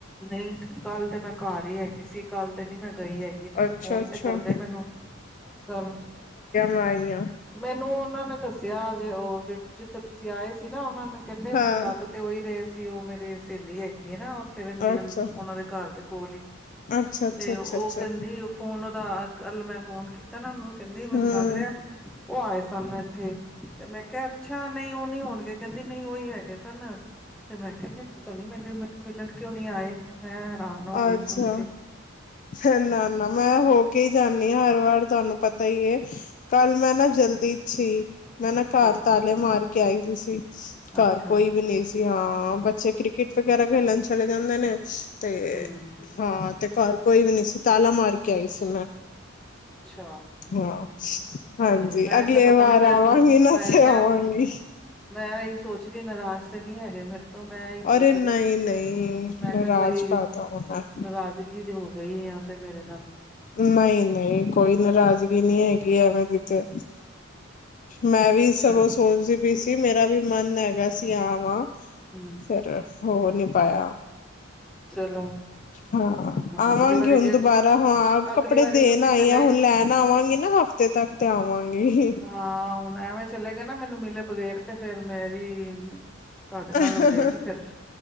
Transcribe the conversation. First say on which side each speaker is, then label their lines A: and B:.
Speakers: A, in the centre; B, on the left.
A: ਨਹੀਂ, ਕੱਲ੍ਹ ਤੇ ਮੈਂ ਘਰ ਈ ਹੈਗੀ ਸੀ, ਕੱਲ੍ਹ ਤੇ ਨੀ ਮੈਂ ਗਈ ਹੈਗੀ ਤੁਸੀਂ,
B: ਅੱਛਾ
A: ਫੋਨ
B: ਅੱਛਾ
A: 'ਤੇ ਕਰਦੇ ਮੈਨੂੰ ਕੱਲ੍ਹ?
B: ਆਈਆਂ।
A: ਮੈਨੂੰ ਉਹਨਾਂ ਨੇ ਦੱਸਿਆ ਜੇ, ਓ ਜਿੱਥੇ ਤੁਸੀਂ ਆਏ ਸੀ ਨਾ, ਉਹਨਾਂ ਨੇ ਕਹਿੰਦੇ, ਓ
B: ਹਾਂ
A: ਮੈਨੂੰ ਲੱਗ ਤੇ ਉ ਹੀ ਰਹੇ ਸੀ, ਉਹ ਮੇਰੇ ਸਹੇਲੀ ਹੈਗੀ ਹੈ ਨਾ! ਥੇ ਰਹਿੰਦੀ,
B: ਅੱਛਾ
A: ਉਹਨਾਂ ਦੇ ਘਰ ਦੇ ਕੋਲ ਈ,
B: ਅੱਛਾ ਅੱਛਾ
A: ਤੇ ਉਹ
B: ਅੱਛਾ ਅੱਛਾ
A: ਕਹਿੰਦੀ ਫੋਨ, ਓਦਾ ਕੱਲ੍ਹ ਮੈਂ ਫੋਨ ਕੀਤਾ ਨਾ ਓਨੂੰ, ਕਹਿੰਦੀ ਮੈਨੂੰ
B: ਹਮ
A: ਲੱਗ ਰਿਆ ਉਹ ਆਏ ਸਨ ਇੱਥੇ, ਤੇ ਮੈਂ ਕਿਆ, ਅੱਛਾ, ਨਹੀਂ, ਉਹ ਨੀ ਹੋਣਗੇ! ਕਹਿੰਦੀ, ਨਈ, ਓਇ ਹੈਗੇ ਸਨ! ਤੇ ਮੈਂ ਕਿਆ, ਫੇਰ ਪਤਾ ਨੀ ਮੈਨੂੰ ਮਿਲਣ ਕਿਉਂ ਨੀ ਆਏ? ਮੈਂ ਹੈਰਾਨ ਹੋ
B: ਅੱਛਾ,
A: ਗਈ ਸੁਣ ਕੇ
B: ਹ, ਨਾ-ਨਾ ਮੈਂ ਹੋ ਕੇ ਜਾਣੀ ਆਂ ਹਰ ਵਾਰ, ਤੁਹਾਨੂੰ ਪਤਾ ਈ ਏ, ਕੱਲ੍ਹ ਮੈਂ ਨਾ ਜਲਦੀ 'ਚ ਸੀ! ਮੈਂ ਨਾ
A: ਅੱਛਾ
B: ਘਰ ਤਾਲੇ ਮਾਰ ਕੇ ਆਈ ਦੀ ਸੀ, ਘਰ
A: ਅੱਛਾ
B: ਕੋਈ ਵੀ ਨੀ ਸੀ! ਹਾਂ, ਬੱਚੇ ਕ੍ਰਿੱਕੇਟ ਵਗੈਰਾ ਖੇਲਣ ਚਲੇ ਜਾਂਦੇ ਨੇ, ਤੇ
A: ਹਮ
B: ਹਾਂ ਤੇ, ਘਰ ਕੋਈ ਵੀ ਨੀ ਸੀ, ਤਾਲਾ ਮਾਰ ਕੇ ਆਈ ਸੀ ਮੈਂ!
A: ਅੱਛਾ।
B: ਹਾਂ ਹਾਂਜੀ,
A: ਚਲੋ ਮੈਂ
B: ਅਗਲੇ
A: ਕਿਹਾ ਪਤਾ
B: ਵਾਰ
A: ਨੀ ਮੇਰੇ
B: ਆਵਾਂਗੀ
A: ਕੋਲ
B: ਨਾ, ਹਾ
A: ਮੈਂ
B: ਹਾ! ਫੇਰ
A: ਕਿਹਾ
B: ਆਵਾਂਗੀ।
A: ਮੈਂ ਇਹੀ ਸੋਚ ਰੀ, ਨਾਰਾਜ਼ ਤੇ ਨੀ ਹੈਗੇ ਮੇਰੇ ਤੋਂ? ਤੋਂ ਮੈਂ ਐਈ ਸੋਚਦੀ,
B: ਅਰੇ ਨਹੀਂ ਨਹੀਂ
A: ਮੈਂ ਕਿਆ,
B: ਨਾਰਾਜ਼
A: ਕੋਈ
B: ਕਰਦਾ ਉਹ ਮੈਂ
A: ਨਾਰਾਜ਼ ਜਗੀ ਤੇ ਹੋ ਗਈ ਯਾਂ ਤੇ ਮੇਰੇ ਨਾਲ।
B: ਨਈਂ-ਨਈਂ, ਕੋਈ ਨਾਰਾਜ਼ਗੀ ਨੀ ਹੈਗੀ ਐਵੇਂ ਦੀ ਤੇ। ਮੈਂ ਵੀ
A: ਅੱਛਾ
B: ਸਗੋਂ ਸੋਚਦੀ ਪਈ ਸੀ, ਮੇਰਾ ਵੀ ਮਨ ਹੈਗਾ ਸੀ ਆ ਵਾਂ
A: ਹਮ
B: ਫੇਰ ਹੋਰ ਨੀ ਪਾਇਆ।
A: ਚਲੋ
B: ਹਾਂ,
A: ਹੁਣ
B: ਆਵਾਂਗੇ
A: ਅਗਲੀ ਵਾਰੀ
B: ਹੁਣ
A: ਜੇ
B: ਬਾਰਾਂ--ਹਾਂ,
A: ਅਗਲੀ
B: ਕੱਪੜੇ
A: ਵਾਰੀ
B: ਦੇਣ
A: ਤੁਸੀਂ
B: ਆਈ
A: ਚਲੇ
B: ਆਂ, ਹੁਣ
A: ਗਏ
B: ਲੈਣ ਆਵਾਂਗੀ ਨਾ, ਹਫ਼ਤੇ ਤੱਕ ਤੇ ਆਵਾਂਗੀ!
A: ਹਾਂ, ਹੁਣ ਐਵੇਂ ਚਲੇ ਗਏ ਨਾ ਮੈਨੂੰ ਮਿਲੇ ਬਗੈਰ, ਤੇ ਫੇਰ ਮੇਰੀ
B: ਅਹ
A: ਨਾਲ ਹੋ ਜਾਏਗੀ
B: ਹਾਂ,
A: ਫਿਰ